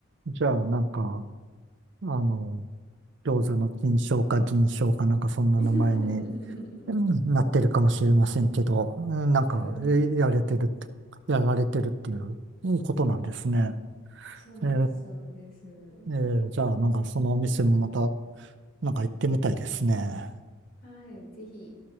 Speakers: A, on the right; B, on the left.
A: じゃあなんか、あの、餃子の金賞か銀賞かなんかそんな名前に
B: <laughs>
A: うんなってるかもしれませんけど、うんなんか、
B: そうです。
A: えやれてるって、やられてるっていううんことなんですね。
B: そうです。
A: え
B: そうです。
A: えええじゃあなんかそのお店もまた、なんか行ってみたいですね。
B: はい。ぜひ、